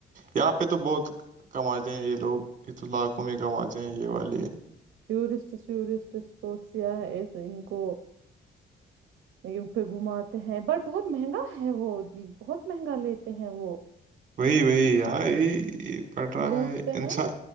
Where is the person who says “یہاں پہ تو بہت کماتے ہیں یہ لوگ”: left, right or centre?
Right